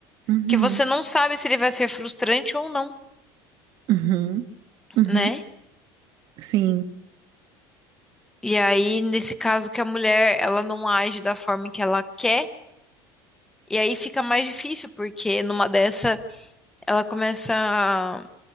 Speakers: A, on the right; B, in the centre.
A: uhum,
B: que você não sabe se ele vai ser frustrante ou não,
A: uhum, uhum,
B: né?
A: sim.
B: E aí, nesse caso que a mulher, ela não age da forma que ela quer, e aí fica mais difícil, porque numa dessa, ela começa a,